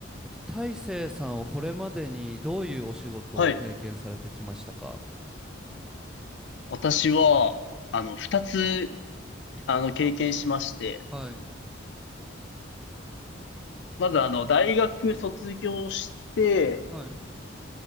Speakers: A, in the centre; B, on the left.
A: えっと、大成さんはこれまでにどういうお仕事を経験されてきましたか
B: はい。私は、あの、二つ、あの、経験しまして、
A: はい、
B: まず、あの、大学卒業して、
A: はい。